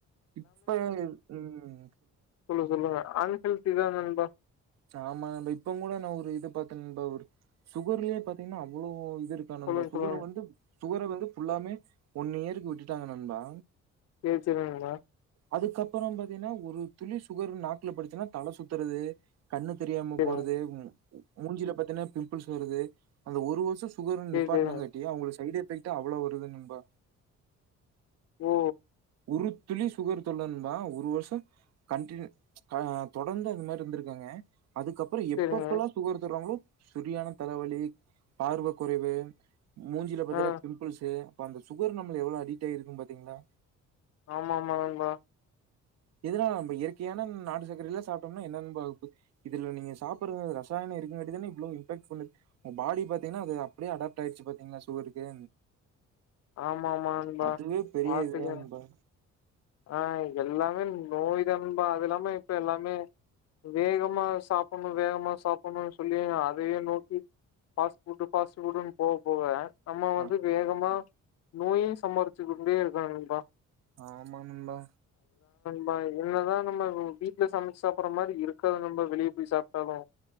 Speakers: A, on the right (about 60°); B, on the left (about 55°).
A: இப்ப உம்
B: சொல்லுங் சொல்லுங்க அன்ஹெல்த்திதா நண்பா
A: சாமாந்த இப்பங் கூட நா ஒரு இது பாத்தெ நண்பா ஒரு சுகர்லெயே பாத்தீங்ன்னா அவ்ளோ இருக்கா நம்ப
B: சொல்லுங்க
A: சுகர
B: சொல்லுங்க
A: வந்து சுகர வந்து ஃபுல்லாமே ஒன் இயருக்கு விட்டுட்டாங்க நண்பா
B: ஏச் என்ன நண்பா
A: அதுக்கப்ரோ பாத்தியன்னா ஒரு துளி சுகர் நாக்குல பட்டுச்சுனா தல சுத்துறது கண்ணு தெரியாம
B: சேரிங்க
A: போறது ம் மூஞ்சில பாத்தென்னா பிம்புள்ஸ் வருது அந்த ஒரு வருஷொ துகர
B: சேரி
A: நிப்பாட்னங்காட்டி
B: சேரிங்க
A: அவுங்கள சைடே <unintelligible> அவ்ளோ வருது நண்பா
B: ஒ
A: ஒரு துளி சுகர் தொட்ல நண்பா ஒரு வர்ஷ கண்ட்டிநியு ஆ தொடர்ந்து அத மாரி இருந்ருக்காங்க அதுக்கப்ரோ எப்பப்பல்லா
B: சேரிங்க
A: சுகர் தர்றாங்ளோ செரியான தலவலி பார்வ கொறைவு மூஞ்ஜில பாத்தன்னா
B: ஆ
A: பிம்புல்ஸு அப்ப அந்த சுகர் நம்ல எவ்ளோ அடிக்ட் ஆயிருக்குன் பாத்தீங்ளா
B: ஆமா ஆமா நண்பா
A: எதுனால நம்ம இயற்கையான நாட்டு சக்ரயலா சாப்டம்னா என்னென் <unintelligible> இதுல நீங்க சாப்புட்றது ரசாயனம் இருக்குங்காண்டிதானே இவ்ளோ இம்ஃபக்ட் ஃபுல்லு உங்க பாடி பாத்தீங்ன்னா அது அப்டியே அடாப்ட் ஆய்ட்ச்சி பாத்தீங்ளா சுகருக்கே
B: ஆமா ஆமா நண்பா
A: அதுவே பெரிய
B: பாத்துக்கங்க
A: இதுதா நண்பா
B: ஆ எல்லாமே நோய் தா நன்பா அது இல்லாமே இப்ப எல்லாமே வேகமா சாப்புட்ணு வேகமா சாப்புட்ணு சொல்லி அதயே நோக்கி பாஸ்ட்புட்டு பாஸ்ட்புட்டுன்னு போக போக நம்ம
A: ஆ
B: வந்து வேகமா நோயு சம்பாரிச்சு கொண்டே இருக்கோ நண்பா
A: ஆ ஆமா நண்பா
B: பா என்னதா நம்ம வீட்ல சமச்சு சாப்புட்ற மாரி இருக்காது நண்பா வெளிய போய் சாப்டாலு